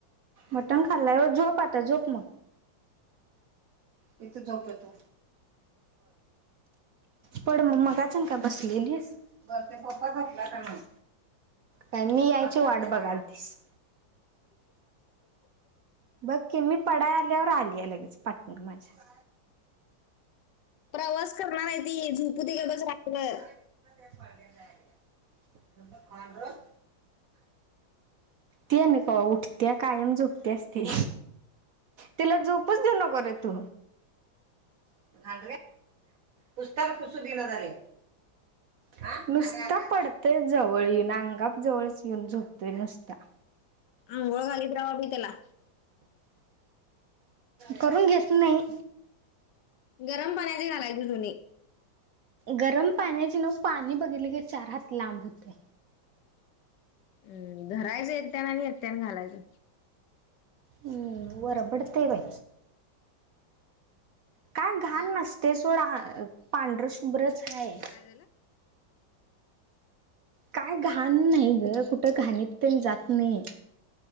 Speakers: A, on the right; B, on the left.
A: मटण खाल्लंय व्हय. झोप आता झोप मग. इथं झोपला तू पड मग मगाचन का बसू गेलीस. परत ते पप्पा झोपला काय नाही? काय मी यायची वाट बघालतीस? बघ की मी पडाय आल्यावर आल्या लगीच पाटण माझ्या
B: प्रवास करणार हाय ती झुपू दे गप बस रातभर.
A: <unintelligible> माग ती आणि कव्हा उठत्या कायम झोपत्याच ती. तिला झोपूच देऊ नको रे तू. <unintelligible> हा. पुसताना पुसू दिना झालंय. हा. नुसता पडतंय जवळ येऊन अंगाप जवळच येऊन झोपतोय नुसता.
B: अंघोळ घालीत राव्हा की त्याला.
A: करून घेत नई.
B: गरम पाण्याची घालायची जुनी.
A: गरम पाण्याची नव्हं पाणी बघितलं की चार हात लांब हुतंय.
B: अ धरायचं एकट्यानं आणि एकट्यानं घालायचं.
A: हम्म. वरबडतंय बाई. काय घाण
B: आ
A: नसतेय सोड हा पांढरं शुभ्रच हाय.
B: काय झालं?
A: काय घाण न्हाई गं कुठं घाणीत तेन जात नाई.